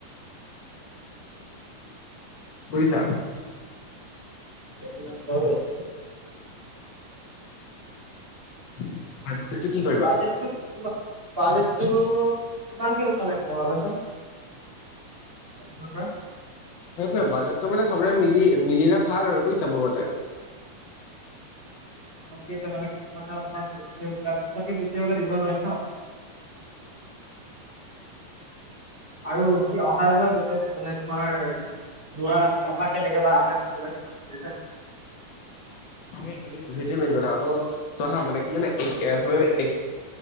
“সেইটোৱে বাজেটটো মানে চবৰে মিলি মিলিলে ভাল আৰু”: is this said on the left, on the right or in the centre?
Left